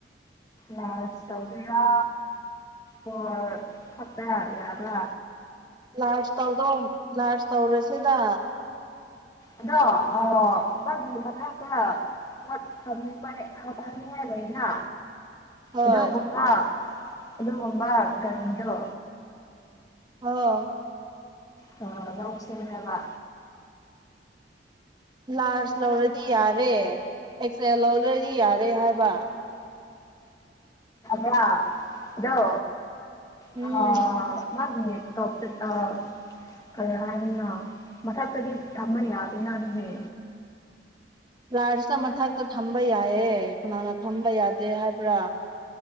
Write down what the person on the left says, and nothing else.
ꯂꯁꯧꯕꯔ ꯑꯣ ꯑꯄ ꯌꯥꯕ
ꯑꯗꯣ ꯃꯥꯒꯤ ꯃꯊꯥꯡꯛꯇ ꯀꯠ ꯐ ꯄꯥꯏ ꯍꯥ ꯍꯃꯤꯉꯥꯏ ꯂꯣꯏꯅ
ꯑꯗꯣ ꯃꯃ ꯑꯗꯣ ꯃꯃ ꯀꯔꯤꯗꯣ
ꯑ ꯂꯁꯤꯗꯕ
ꯗ ꯑꯗꯣ
ꯑ ꯃꯥ ꯇꯣꯞ ꯑ ꯀꯔꯤ ꯍꯥꯏꯅꯤꯅꯣ ꯃꯊꯛꯇꯗꯤ ꯊꯝꯕ ꯌꯥꯗꯦꯅ ꯑꯗꯨꯅꯦ